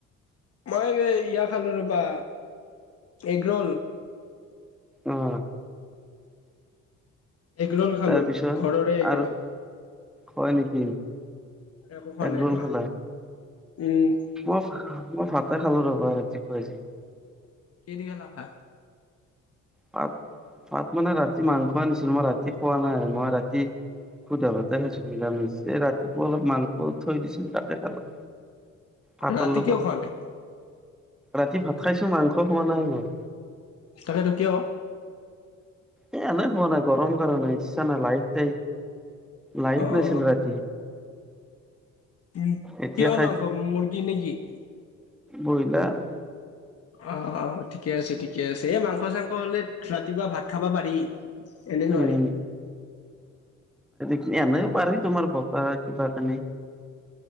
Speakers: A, on the left (about 50°); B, in the centre.
A: মই ইয়া খালো ৰ'বা এগ ৰোল।
B: অ'।
A: এগৰল খালো
B: তাৰ পিছত
A: ঘৰৰে এগৰল
B: আৰু হয়, নেকি।
A: একো খোৱা
B: এগৰোল
A: নাই ৰবা
B: খালা।
A: উম
B: মই ভাতে খালো ৰবা ৰাতিপুৱাই।
A: কিহেদি খালা ভাত?
B: পাত ভাত মানে ৰাতি মাংস আনিছিলো, মই ৰাতি খোৱা নাই মই ৰাতি সুধা ভাতে খাইছোঁ, নিৰামিছ ৰাতিপুৱা অলপ মাংস থৈ দিছিলো তাতে খালোঁ। ভাতৰ
A: ৰাতি
B: লগত
A: কিয় খোৱা নাই
B: ৰাতি ভাত খাইছো, মাংস খোৱা নাই, মই।
A: তাকেতো কিয়।
B: এ, এনে, হোৱা নাই, গৰম কাৰণে ইচ্ছা নাই লাইট লাইট নাছিল
A: অ
B: ৰাতি।
A: উ,
B: এতিয়া
A: কিহৰ মাংস, মুৰ্গী নেকি।
B: বইলাৰ।
A: অ, ঠিকে আছে, ঠিকে আছে, এ, মাংস, চাংস হলে ৰাতিপুৱা ভাত খাবা পাৰি এনে
B: উম
A: নোৱাৰি।
B: এনেও পাৰি তোমাৰ বতা কিবা, কানি